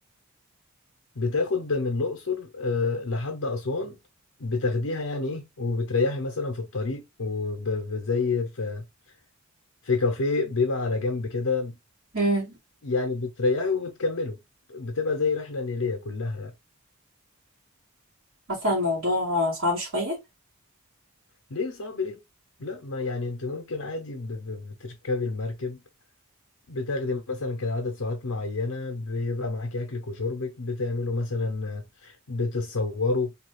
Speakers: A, on the left (about 75°); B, on the right (about 60°).
A: بتاخد من الأقصر آه، لحد أسوان بتاخديها يعني إيه وبتريحي مثلا في الطريق وزي في في كافيه بيبقى على جنب كده
B: امم
A: يعني بتريحي وبتكمله بتبقى زي رحلة نيلية كلها يعني
B: حاسه الموضوع صعب شويه
A: ليه صعب ليه؟ لا ما يعني انت ممكن عادي ب- ب- بتركبي المركب بتاخدي مثلا كده عدد ساعات معينة بيبقى معاكي أكلك وشربك بتعملوا مثلا بتتصوروا